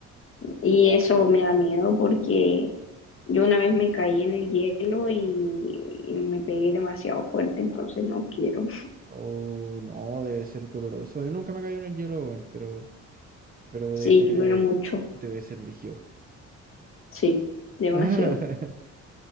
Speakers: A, on the left; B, on the right.
A: Y eso me da miedo porque yo una vez me caí en el hielo y, y me pegué demasiado fuerte, entonces no quiero.
B: Oh, no, debe ser doloroso. Yo nunca me caí en el hielo, weón, pero, pero
A: Sí,
B: de- debe,
A: duele mucho,
B: debe ser brígido.
A: sí, demasiado.
B: <laughs>